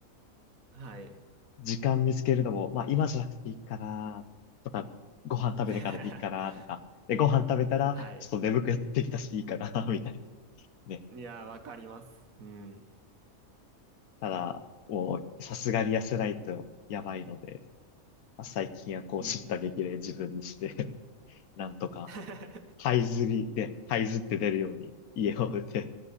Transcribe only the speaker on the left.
時間見つけるのも、まあ、今じゃなくていいかな、とか、ご飯食べてからでいいかな、
とか、で、ご飯食べたら、
ちょっと眠くなってきたし、いいかな、<laughs> みたいなね。
ただ、もう、さすがに痩せないとやばいので、まあ、最近はこう、
叱咤激励自分にして <laughs> なんとか、
這いずりで、這いずって出るように、家を出て、